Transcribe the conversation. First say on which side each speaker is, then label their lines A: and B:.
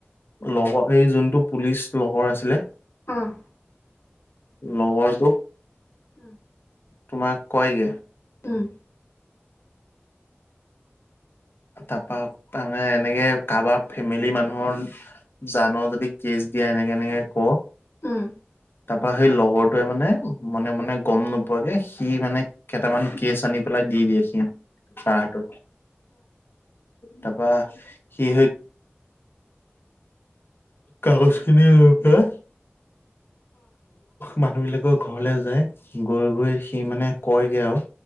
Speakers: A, on the left (about 55°); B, on the left (about 85°).
A: লগৰ এই যোনটো পুলিচ লগৰ আছিলে।
B: উম।
A: লগৰটো
B: উম।
A: তোমাক কয়গৈ
B: উম।
A: তাৰপা তাৰমানে এনেকে কাৰোবাৰ ফেমিলি মানুহৰ। জান যদি কেছ দিয়া এনেকে এনেকে ক।
B: উম।
A: তাৰ পৰা সেই লগৰটোৱে মানে মানে মানে গম নোপোৱাকে সি মানে কেইটামান কেচ আনি পেলাই দি দিয়ে সি চাহটোত তাৰপা সি কাগজ খিন লৈ পেলায়। মানুহ বিলাকৰ ঘৰলে যায় ঘৰ গৈ গৈ সি মানে কয়গে আৰু